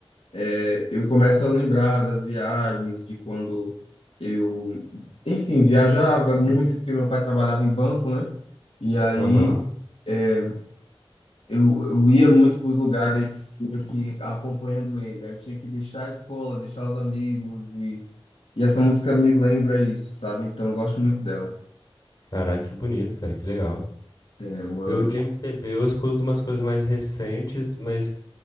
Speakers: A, on the left; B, on the left.
A: É, eu começo a lembrar das viagens, de quando eu, enfim, viajava muito, porque meu pai trabalhava em banco, né? E aí
B: Aham.
A: é, eu, eu ia muito para os lugares meio que acompanhando ele. Aí eu tinha que deixar a escola, deixar os amigos, e, e essa música me lembra isso, sabe? Então eu gosto muito dela.
B: Caraca, que bonito, cara, que legal.
A: É uma.
B: Eu de MPB eu escuto umas coisas mais recentes, mas